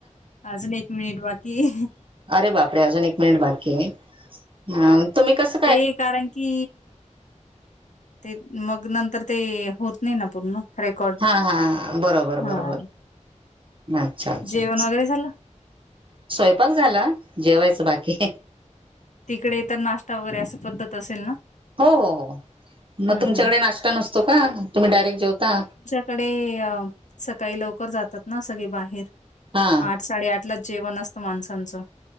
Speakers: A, on the left; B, on the right.
A: अजुन एक मिनिट बाकी हाय.
B: अरे बापरे! अजून एक मिनिट बाकी हाय. हं. तुम्ही कस
A: ते कारण की कि ते मग नंतर ते होत नाही ना पूर्ण. रेकॉर्ड.
B: हा. हा. बरोबर,
A: हां,
B: बरोबर. अच्छा, अच्छा.
A: जेवण वगैरे झालं?
B: स्वयंपाक झाला. जेवायच बाकी.
A: तिकडे तर नाश्ता वगैरे असं पद्धत असेल ना?
B: हो, हो, हो. मग
A: हं,
B: तुमच्याकडे
A: हं, हं.
B: नाश्ता नसतो का तुम्ही डायरेक्ट जेवता?
A: कडे सकाळी लवकर जातात ना सगळी बाहेर
B: हा
A: आठ साडेआठ -- लाचं जेवण असतं माणसांचं.